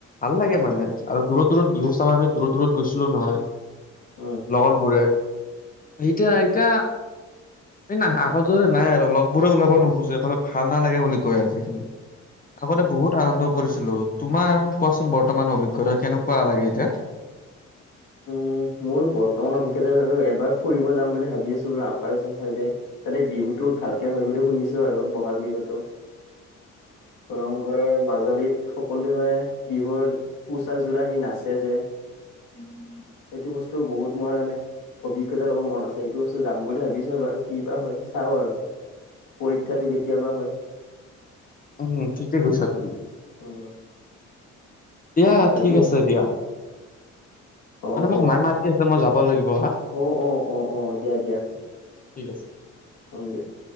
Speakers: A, on the left; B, on the left.
A: ভাল লাগে
B: উম,
A: মানে আৰু দূৰত দূৰত বিহু চাব আমি দূৰত দূৰত গৈছিলো নহয়
B: উম,
A: লগৰবোৰে এতিয়া এতিয়া এই ন আগত যোৰে নাই আৰু লগবোৰে ওলাব নোখোজে মানে ভাল নালাগে বুলি কয় আজিকালি আগতে বহুত আনন্দ কৰিছিলো তোমাৰ কোৱাচোন বৰ্তমান অভিজ্ঞতা কেনেকুৱা লাগে এতিয়া
B: উ মোৰ বৰ্তমান অভিজ্ঞতা এবাৰ ফুৰিব যাম বুলি ভাবি আছো বাৰু আপাৰছে চাইে তাতে বিহুতটো ভালকে হয় বুলিও শুনিছো আৰু বহাগ বিহুতটো ৰংঘৰৰ মাজুলীত সকলোৱে মানে বিহুৰ পোচাকযোৰা সি নাচছে যে
A: উম হুম
B: সেইটো বস্তু বহুত মই মানে অভিজ্ঞতা ল'ব মন আছে এইটো বস্তু যাম বুলি ভাবিছো বাৰু কিবা হয় চাওঁ আৰু পৰীক্ষাটো কেতিয়াবা হয়
A: উম ঠিকে কৈছা তুমি
B: উম,
A: দিয়া
B: বাকী
A: ঠিক আছে দিয়া
B: অ',
A: মানে মোক
B: অ',
A: মাইে
B: অ',
A: মাতি আছে মই যাব লাগিব হা
B: অ', অ', অ দিয়া দিয়া
A: ঠিক আছে।
B: অ দিয়া